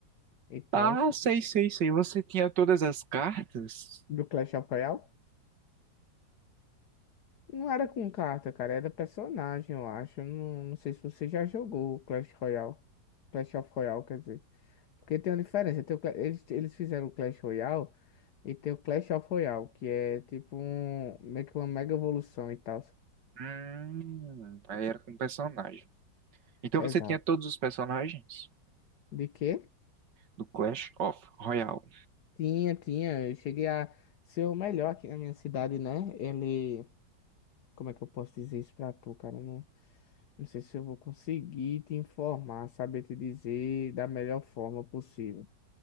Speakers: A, on the left; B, on the right.
A: E
B: Ah,
A: tal.
B: sei, sei, sei. Você tinha todas as cartas?
A: Do Clash of Royale? Não era com carta, cara. Era personagem, eu acho. Eu Não, não sei se você já jogou o Clash Royale. Clash of Royale, quer dizer. Porque tem uma diferença. Tem o Cla- eles, eles fizeram o Clash Royale e tem o Clash of Royale, que é tipo um, meio que uma mega evolução e tal.
B: Hum, aí era com personagem. Então
A: Exato.
B: você tinha todos os personagens
A: De quê?
B: do Clash of Royale.
A: Tinha, tinha. Eu cheguei a ser o melhor aqui na minha cidade, né? Ele. Como é que eu posso dizer isso pra tu, cara? Não, não sei se eu vou conseguir te informar, saber te dizer da melhor forma possível.